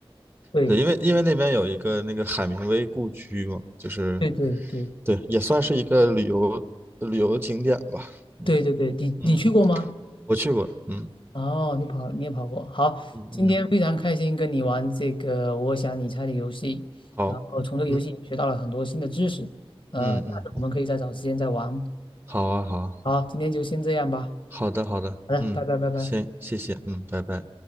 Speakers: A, on the left; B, on the right.
A: 对，
B: 对，因为因为那边有一个那个海明威故居嘛，就是
A: 对对对
B: 对，也算是一个旅游旅游景点吧，嗯
A: 对对对，你你去过吗？
B: 嗯，我去过，嗯
A: 哦，你跑，你也跑过。好，
B: 嗯嗯，
A: 今天非常开心跟你玩这个“我想你猜”的游戏，
B: 好，
A: 然后从这个游戏学到了很多新的知识。
B: 嗯
A: 呃，
B: 嗯嗯，
A: 下次我们可以再找时间再玩。
B: 好啊好啊。
A: 好，今天就先这样吧。
B: 好的，好的，
A: 好的，
B: 嗯，
A: 拜拜拜拜。
B: 行，谢谢，嗯，拜拜。